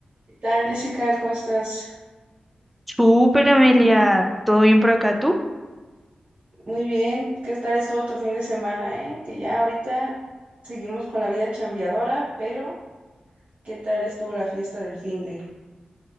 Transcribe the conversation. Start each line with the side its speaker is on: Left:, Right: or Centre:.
Right: ¿Qué tal, Jessica? ¿Cómo estás?
Centre: Súper, Amelia, ¿todo bien por acá tú?
Right: Muy bien. ¿Qué tal estuvo tu fin de semana, eh? Que ya ahorita seguimos con la vida chambeadora, pero ¿qué tal estuvo la fiesta del fin de?